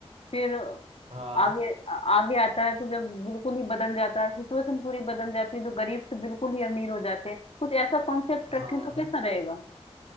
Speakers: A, on the left (about 65°); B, on the right (about 70°).
A: फिर
B: हाँ
A: आगे आ- आगे आता है तो जब बिल्कुल ही बदल जाता है सिचुएशन पूरी बदल जाती है जो गरीब से बिल्कुल ही अमीर हो जाते हैं कुछ ऐसा कॉन्सेप्ट रखें
B: हाँ
A: तो कैसा
B: हाँ।
A: रहेगा